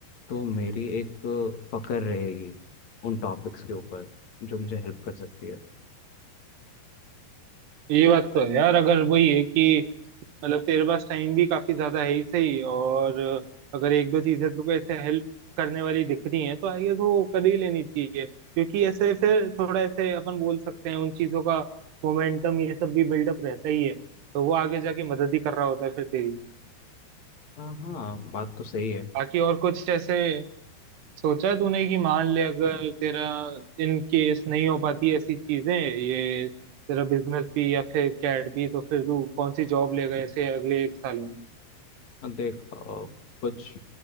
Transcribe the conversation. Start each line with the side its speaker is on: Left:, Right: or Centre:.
Left: तो मेरी एक पकड़ रहेगी उन टॉपिक्स के ऊपर जो मुझे हेल्प कर सकती है
Right: ये बात तो है यार अगर वही है कि मतलब तेरे पास टाइम भी काफी ज्यादा है ही सही और अगर एक दो चीजें तेरे को ऐसे हेल्प करने वाली दिख रही हैं तो आई गेस वो कर ही लेनी चाहिए क्योंकि ऐसे फिर थोड़ा ऐसे अपन बोल सकते हैं उन चीजों का मोमेंटम ये सब भी बिल्डअप रहता ही है तो वो आगे जाके मदद ही कर रहा होता है फिर तेरी
Left: हाँ हाँ बात तो सही है
Right: बाकी और कुछ ऐसे सोचा है तूने कि मान ले अगर तेरा इन केस नहीं हो पाती ऐसी चीजें ये तेरा बिजनेस भी या फिर कैट भी तो फिर तू कौन सी जॉब लेगा ऐसे अगले एक साल में
Left: अब देख अ, कुछ